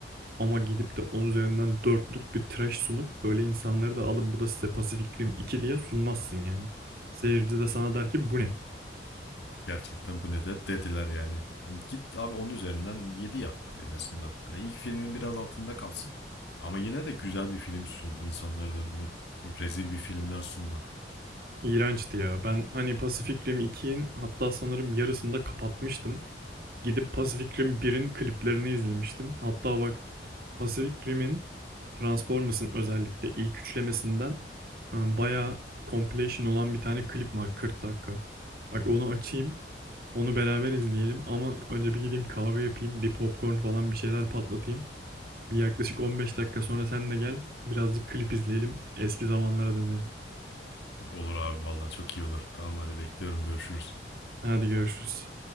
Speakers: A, on the right; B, on the left.
A: Ama gidip de 10 üzerinden dörtlük bir trash sunup böyle insanları da alın bu da size Pacific Rim 2 diye sunmazsın yani. Seyirci de sana der ki bu ne?
B: Gerçekten bu ne de dediler yani. Hani git abi 10 üzerinden 7 yap en azından. Hani ilk filmin biraz altında kalsın. Ama yine de güzel bir film sun insanların önüne. Böyle rezil bir filmler sunma.
A: İğrençti ya. Ben hani Pacific Rim 2'nin hatta sanırım yarısında kapatmıştım. Gidip Pacific Rim 1'in kliplerini izlemiştim. Hatta bak Pacific Rim'in Transformers'ın özellikle ilk üçlemesinden e, bayağı compilation olan bir tane klip var 40 dakika. Bak onu açayım. Onu beraber izleyelim ama önce bir gideyim kahve yapayım, bir popcorn falan bir şeyler patlatayım. Bir yaklaşık 15 dakika sonra sen de gel, birazcık klip izleyelim, eski zamanlara dönelim.
B: Olur abi vallahi çok iyi olur. Tamam hadi bekliyorum görüşürüz.
A: Hadi görüşürüz.